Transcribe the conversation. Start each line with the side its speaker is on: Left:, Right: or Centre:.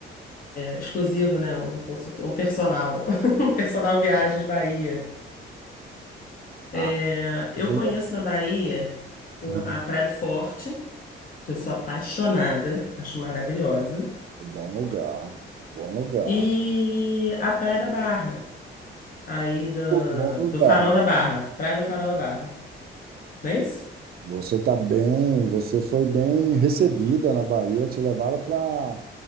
Left: exclusivo, né? Um consultor, um personal, <laughs> um personal Viagens Bahia. É,
Right: Ah,
Left: eu
Right: <laughs>
Left: conheço
Right: boa.
Left: na Bahia o-
Right: Uhum.
Left: a Praia do Forte, que eu sou apaixonada, acho maravilhosa,
Right: bom lugar, bom lugar.
Left: e a Praia da Barra, aí do,
Right: Bom lugar.
Left: do Farol da Barra, Praia do Farol da Barra, não é isso?
Right: Você está bem, você foi bem recebida na Bahia, te levaram para